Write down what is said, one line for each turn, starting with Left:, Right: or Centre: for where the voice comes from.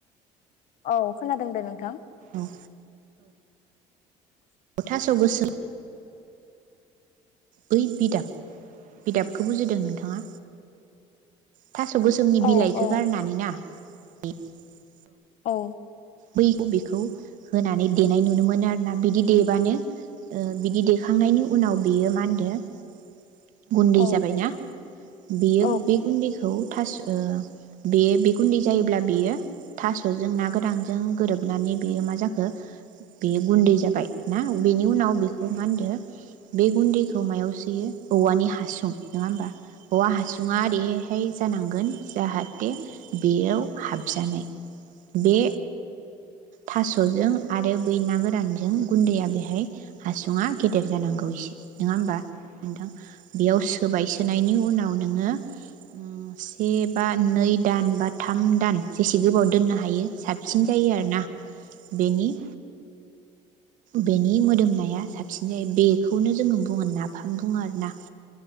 Left: औ खोनादों दे नोंथां।
Right: औ थास' गोसोम बै बिदाब बिदाबखौ बुजिदों नोंथांङा? थास' गोसोमनि
Left: औ
Right: बिलाइखौ
Left: औ
Right: गारनानै ना ए <inaudible>
Left: औ।
Right: बै बेखौ होनानै देनाय नुनो मोनो आरोना बिदि देबानो ओ बिदि देखांनायनि उनाव बियो मा होन <unintelligible> गुन्दै
Left: औ
Right: जाबायना बेयो
Left: औ
Right: बे गुन्दैखौ थास ओ बे बे गुन्दै जायोब्ला बेयो थासजों ना गोरानजों गोरोबनानै बेयो मा जाखो बेयो गुन्दै जाबाय ना। बेनि उनाव बेखौ मा होनदों बे गुन्दै खौ मायाव सोयो औवानि हासुं नङा होमबा। औवा हासुङा दे फाइ जानांगोन जाहाथे बेयाव हाबजानाय बे थासजों आरो बै ना गोरानजों गुन्दैया बेहाय हासुुं गेदेर जानांगौ एसे। नङा होमबा नोंथां बेयावसो सोबाय सोनायनि उनाव नोङो उम से बा नै दान बा थाम दान जेसे गोबाव दोननो हायो। साबसिन जायो आरोना। बेनि बेनि मोदोमनाया साबसिन जायो बेखौनो जोङो बुङो नाफाम बुङो आरोना।